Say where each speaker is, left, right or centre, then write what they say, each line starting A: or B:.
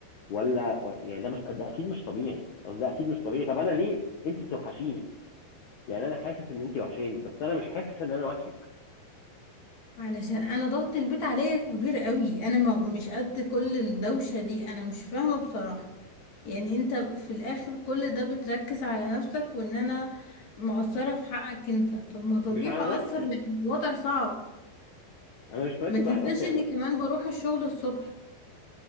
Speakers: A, on the left; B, on the left.
A: ولا و- يعني ده مش ده اكيد مش طبيعي قصدي ده اكيد مش طبيعي طب انا ليه انت بتوحشيني يعني انا حاسس ان انت وحشاني بس انا مش حاسس ان انا وحشك
B: علشان انا ضغط البيت عليا كبير قوي انا ما مش قد كل الدوشة دي انا مش فاهمة بصراحة يعني انت في الاخر كل ده بتركز على نفسك وان انا مقصرة في حقك انت طب ما طبيعي
A: مش على
B: اقصر
A: نفسي
B: لان الوضع صعب
A: انا مش مركز
B: ما تنساش
A: على نفسي انا
B: اني كمان بروح الشغل الصبح